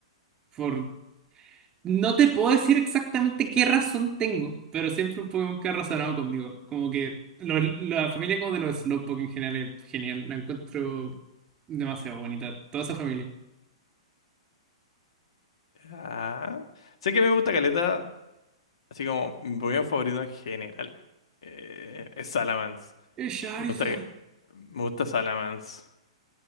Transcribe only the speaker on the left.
Ah, sé que me gusta Caleta, así como mi Pokémon favorito en general eh, es Salamence.
Me gusta, me gusta Salamence.